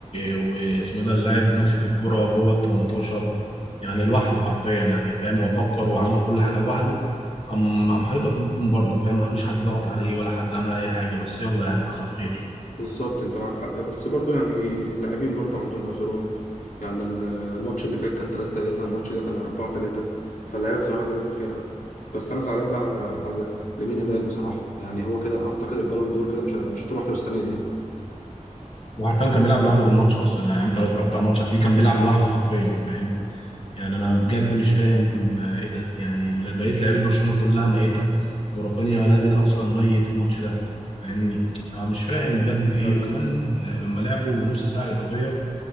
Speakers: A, on the left; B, on the left.
A: واسمه إيه ده اللاعب ماسك الكرة جوه ال 18 يعني لوحده حرفيا يعني فاهم هو فكر وعمل كل حاجة لوحده قام قام حاططها في الجون برضه فاهم مفيش حد ضغط عليه ولا حد عمل اي حاجة بس يلا يعني حصل خير
B: بالظبط انت معاك حق بس برضو يعني اللاعبين برضو عندهم عذرهم يعني الماتش اللي فات كان 3 3 الماتش ده كان 4 3 فاللعيبه بصراحه جابت اخرها بس انا زعلان بقى على على لامين يامال بصراحه يعني هو كده اعتقد البالون دور كده مش مش هتروح له السنه دي يعني
A: وعارفين كان بيلعب لوحده في الماتش اصلا يعني انت لو اتفرجت على الماتش هتلاقيه كان بيلعب لوحده حرفيا فاهم يعني انا بجد مش فاهم آه، ايه ده يعني لا- بقيت لعيبه برشلونه كلها ميته ورافينيا نازل اصلا ميت الماتش ده فاهمني انا مش فاهم بجد في ايه
B: ايوه
A: وكمان آه، لما لعبوا نص ساعه اضافيه